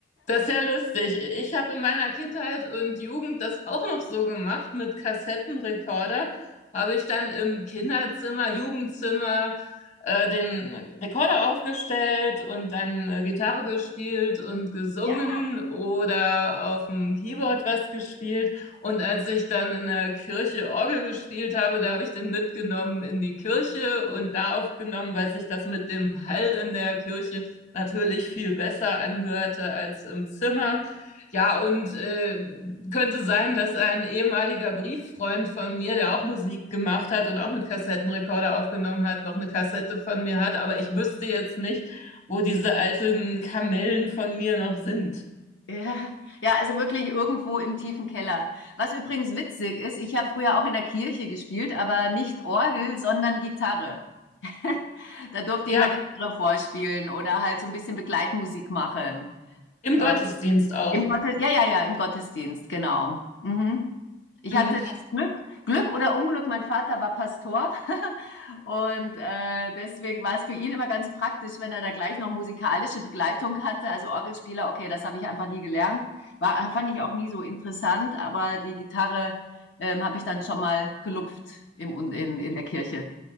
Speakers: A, on the left; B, on the left.
A: Das ist ja lustig. Ich habe in meiner Kindheit und Jugend das auch noch so gemacht mit Kassettenrekorder. Habe ich dann im Kinderzimmer, Jugendzimmer äh, den Rekorder aufgestellt und dann äh, Gitarre gespielt und gesungen
B: Ja,
A: oder auf dem Keyboard was gespielt. Und als ich dann in der Kirche Orgel gespielt habe, da habe ich den mitgenommen in die Kirche und da aufgenommen, weil sich das mit dem Hall in der Kirche natürlich viel besser anhörte als im Zimmer. Ja, und äh, könnte sein, dass ein ehemaliger Brieffreund von mir, der auch Musik gemacht hat und auch mit Kassettenrekorder aufgenommen hat, noch eine Kassette von mir hat. Aber ich wüsste jetzt nicht, wo diese alten Kamellen von mir noch sind.
B: ja, ja, also wirklich irgendwo im tiefen Keller. Was übrigens witzig ist, ich habe früher auch in der Kirche gespielt, aber nicht Orgel, sondern Gitarre. <laughs> da durfte
A: Ja,
B: ich immer Gitarre vorspielen oder halt so ein bisschen Begleitmusik machen.
A: im
B: Äh,
A: Gottesdienst auch.
B: Im Gottes, ja, ja, ja, im Gottesdienst, genau. Mhm. Ich
A: Hm.
B: hatte das Glück, Glück oder Unglück, mein Vater war Pastor <laughs> und äh, deswegen war es für ihn immer ganz praktisch, wenn er da gleich noch musikalische Begleitung hatte. Also Orgelspieler, okay, das habe ich einfach nie gelernt, war, fand ich auch nie so interessant, aber die Gitarre ähm, habe ich dann schon mal gelupft im, Un- in, in der Kirche.